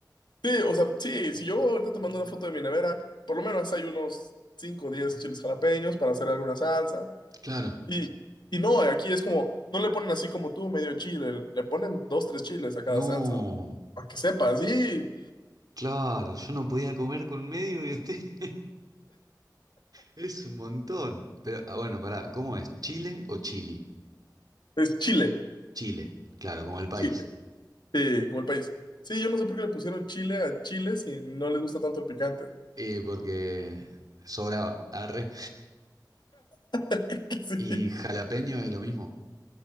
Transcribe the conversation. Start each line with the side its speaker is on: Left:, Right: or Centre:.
Left: sí, o sea, sí, si yo ahorita te mando una foto de mi nevera, por lo menos hay unos 5 o 10 chiles jalapeños para hacer alguna salsa.
Right: Claro.
Left: Y, y no, aquí es como, no le ponen así como tú, medio chile, le ponen dos, tres chiles a cada
Right: No,
Left: salsa. bro. Para que sepas, sí,
Right: claro, yo no podía comer con medio y usted <laughs> es un montón. Pero, ah, bueno, pará, ¿cómo es? ¿Chile o chili?
Left: es chile,
Right: Chile, claro, como el país.
Left: chile, sí, como el país. Sí, yo no sé por qué le pusieron chile a chile si no le gusta tanto el picante.
Right: Eh, porque sobraba, arre.
Left: <laughs> Sí,
Right: ¿Y jalapeño es lo mismo?